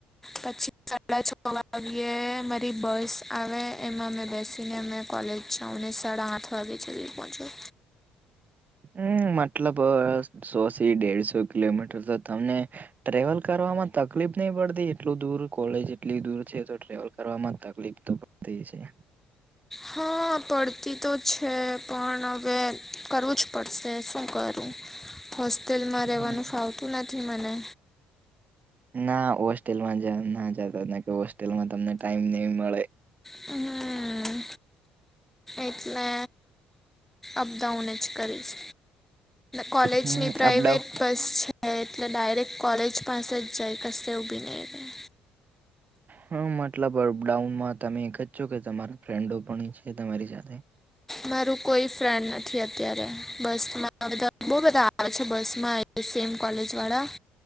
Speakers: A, in the centre; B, on the right.
A: પછી સાડા છ વાગ્યે મારી બસ આવે એમાં મેં બેસીને અમે કોલેજ જાવ ને સાડા આઠ વાગે છેલ્લે પહોંચું.
B: હમ્મ, મતલબ સો થી ડેઢસો કિલોમીટર તો તમને ટ્રેવલ કરવામાં તકલીફ નહી પડતી? એટલું દૂર કોલેજ એટલી દૂર છે તો ટ્રેવલ કરવામાં તકલીફ તો પડતી છે.
A: હા, પડતી તો છે પણ હવે કરવું જ પડશે શું કરું.
B: <inaudible>
A: હોસ્ટેલમાં રહેવાનું
B: હમ
A: ફાવતું નથી મને.
B: ના હોસ્ટેલમાં જેમ ના જાતા નકે હોસ્ટેલમાં તમને ટાઈમ નહી મળે.
A: હમ્મમ એટલે અપડાઉન જ કરીશ. કોલેજની
B: હમ
A: પ્રાઈવેટ
B: અપડાઉન
A: બસ છે. એટલે ડાયરેક્ટ કોલેજ પાસે જ જાય કસે ઊભી નહી રે.
B: હા મતલબ અપડાઉનમાં તમે એક જ છો. કે તમારા ફ્રેન્ડો પણ છે. તમારી સાથે
A: મારું કોઈ ફ્રેન્ડ નથી અત્યારે બસમાં બધા <unintelligible> બોવ બધા આવે છે બસમાં. સેમ કોલેજવાળા